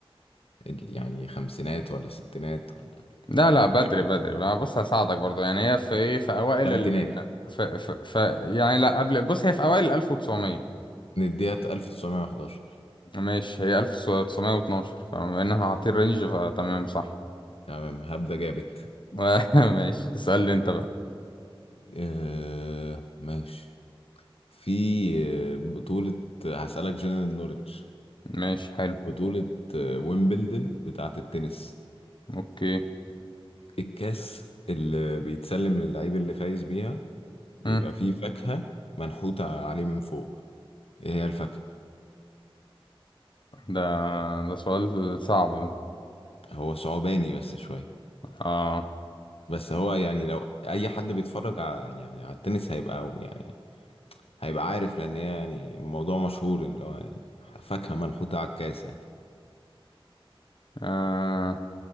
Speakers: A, on the left; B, on the left.
A: ال... يعني خمسينات ولا ستينات ولا
B: لا
A: يعني
B: لا
A: انا
B: بدري
A: بعيد
B: بدري بقى بص هساعدك برضو يعني هي في ايه في اوائل
A: تلاتينات
B: ال في, في, في يعني لا قبل بص هي في اوائل ال 1900
A: نديها 1911
B: ماشي هي 1912 فبما ان احنا حاطين رينج فتمام صح
A: تمام هبدأ جابت
B: <laughs> ماشي اسألني انت بقى
A: آه ماشي في آه، بطولة هسألك جنرال نوليدج
B: ماشي حلو
A: بطولة آه، ويمبلدن بتاعة التنس
B: اوكي
A: الكاس اللي بيتسلم للعيب اللي فايز بيها بيبقى
B: مم.
A: فيه فاكهة منحوتة عليه من فوق ايه هي الفاكهة
B: ده ده سؤال صعب ده
A: هو صعباني بس شوية
B: اه,
A: بس هو يعني لو أي حد بيتفرج على يعني على التنس هيبقى أو يعني هيبقى عارف لان هي يعني الموضوع مشهور اللي هو يعني فاكهة منحوتة على الكاس يعني
B: آه.